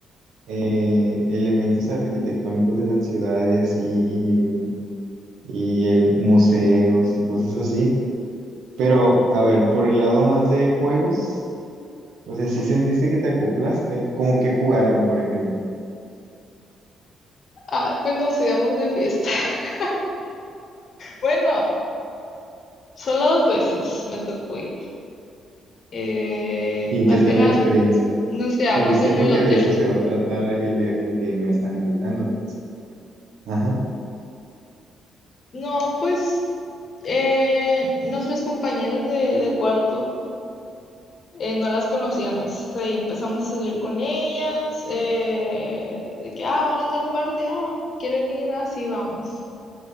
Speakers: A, on the right; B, on the left.
A: eh, elementos arquitectónicos de la ciudad y así, y, el museos y cosas así. Pero, a ver, por el lado más de juegos, o sea, sí sentiste que te acoplaste, como que jugaron, por ejemplo.
B: Ah, pues nos íbamos de fiesta. <laughs> Bueno, solo dos veces me tocó ir. Eh,
A: ¿Y
B: más
A: qué tal
B: que nada
A: la experiencia?
B: nos quedamos
A: porque siento
B: en el
A: que
B: hotel.
A: de eso se va a tratar el viaje al que me están invitando, pues. Ajá.
B: No, pues eh, nuestras compañeras de, de cuarto eh, no las conocíamos. Ahí empezamos a salir con ellas. eh, de que, ah, van a tal parte, ah, quieren ir, así vamos.